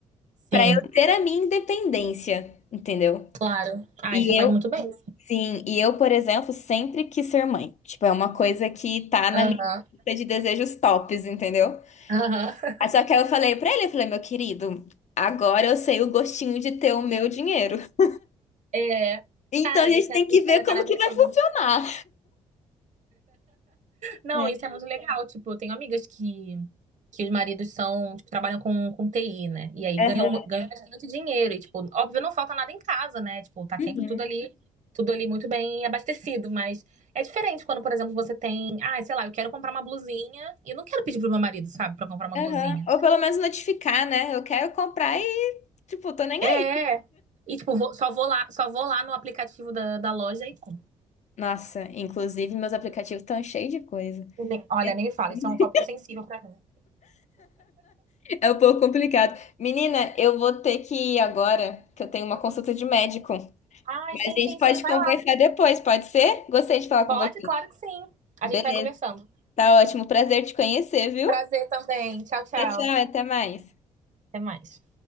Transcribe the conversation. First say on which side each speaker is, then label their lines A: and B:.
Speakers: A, on the right (about 50°); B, on the left (about 45°).
A: sim,
B: para eu ter a minha independência, entendeu?
A: claro. Ah,
B: E
A: isso você faz muito bem.
B: Sim, e eu, por exemplo, sempre quis ser mãe. Tipo, é uma coisa que tá na
A: Aham.
B: minha lista de desejos tops, entendeu?
A: Aham. <laughs>
B: Aí Só que aí eu falei pra ele, eu falei, meu querido, agora eu sei o gostinho de ter o meu dinheiro. <laughs>
A: É,
B: Então
A: cara,
B: a gente
A: isso
B: tem
A: é,
B: que
A: isso
B: ver
A: é
B: como
A: maravilhoso.
B: que vai funcionar.
A: Não,
B: É.
A: isso é muito legal. Tipo, eu tenho amigas que, que os maridos são, tipo, trabalham com, com TI, né? E aí
B: Aham.
A: ganham, mu- ganham bastante dinheiro. E, tipo, óbvio, não falta nada em casa, né? Tipo, tá
B: Uhum.
A: sempre tudo ali, tudo ali muito bem abastecido. Mas é diferente quando, por exemplo, você tem, ah, sei lá, eu quero comprar uma blusinha e eu não quero pedir pro meu marido, sabe, pra comprar uma
B: Aham.
A: blusinha.
B: Ou pelo menos notificar, né? Eu quero comprar e, tipo, tô nem
A: É.
B: aí.
A: E, tipo, vou- só vou lá, só vou lá no aplicativo da, da loja e compro.
B: Nossa, inclusive meus aplicativos estão cheios de coisa.
A: Nem- Olha, nem me fala,
B: <laughs>
A: isso é um tópico sensível pra mim.
B: É um pouco complicado. Menina, eu vou ter que ir agora, que eu tenho uma consulta de médico.
A: Ai,
B: Mas
A: sim,
B: a
A: sim,
B: gente pode
A: sim, vai
B: conversar
A: lá.
B: depois, pode ser? Gostei de falar
A: Pode,
B: com você.
A: claro que sim. A
B: Beleza,
A: gente vai conversando.
B: tá ótimo. Prazer te conhecer, viu?
A: Prazer também. Tchau, tchau.
B: Tchau, tchau, até mais.
A: Até mais.